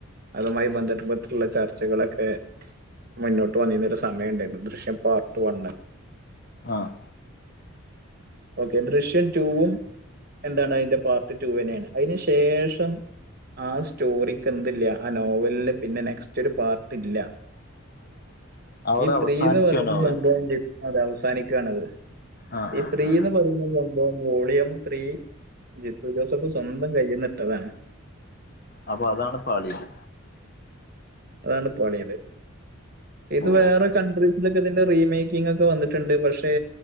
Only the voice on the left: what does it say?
ആഹ്
<inaudible>
അവസാനിച്ചു
ആ നോവൽ
ആ ആ
ആ
അപ്പൊ അതാണ് പാളിയത്
ഓ